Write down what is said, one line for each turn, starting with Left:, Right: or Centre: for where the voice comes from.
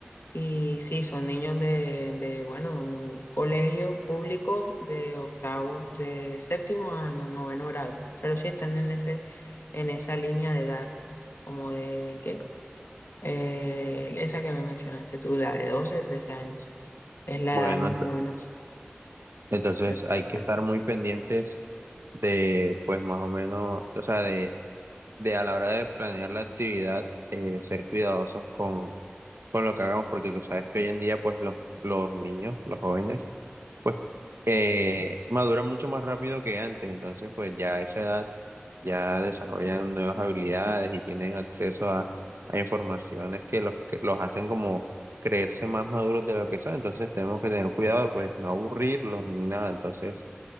Left: y sí, son niños de, de, bueno, un colegio público de octavo, de séptimo a no- noveno grado, pero sí están en ese, en esa línea de edad, como de, ¿qué? Eh, esa que me mencionaste tú, la de 12, 13 años, es la
Right: Bueno,
Left: edad más
Right: ent-
Left: o menos.
Right: entonces
Left: pero,
Right: hay
Left: exacto.
Right: que estar muy pendientes de, pues más o menos, o sea, de, de a la hora de planear la actividad, eh, ser cuidadosos con con lo que hagamos, porque tú sabes que hoy en día, pues los, los niños, los jóvenes, pues eh, maduran mucho más rápido que antes, entonces pues ya a esa edad ya desarrollan nuevas habilidades y tienen acceso a, a informaciones que los, que los hacen como creerse más maduros de lo que son, entonces tenemos que tener cuidado, pues no aburrirlos ni nada, entonces,